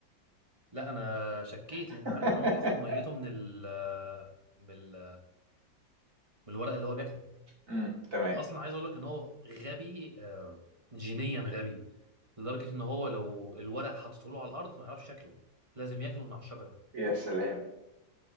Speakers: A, on the right; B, on the right.
A: لا انا شكيت
B: <laughs>
A: لان عارف ان هو بياخد ميته من ال من ال من الورق اللي هو بياكله
B: امم تمام
A: اصلا عايز اقول لك ان هو غبي آه، جينيا غبي لدرجة ان هو لو الورق حطيته له على الارض ما يعرفش شكله لازم ياكله من على الشجرة
B: يا سلام